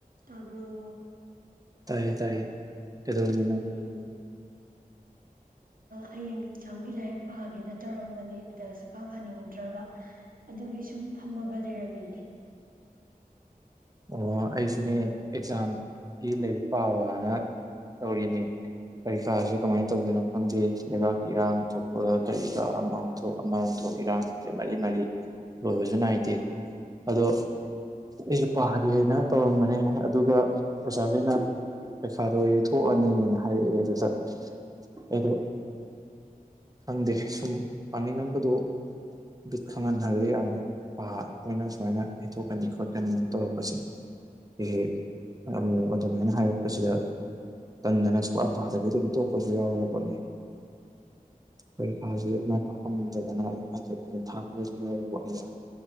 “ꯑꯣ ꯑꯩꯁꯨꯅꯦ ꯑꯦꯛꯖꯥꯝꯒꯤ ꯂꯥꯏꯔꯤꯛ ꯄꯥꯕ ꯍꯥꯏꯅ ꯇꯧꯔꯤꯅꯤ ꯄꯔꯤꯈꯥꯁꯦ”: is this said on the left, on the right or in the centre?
Right